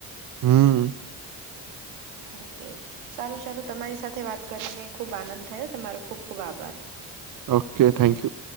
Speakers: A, on the right; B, on the right.
A: હમ
B: ઓકે સારું ચાલ તમારી સાથે વાત કરીને ખુબ આનંદ થયો તમારો ખુબ ખુબ આભાર
A: ઓકે થેન્ક યુ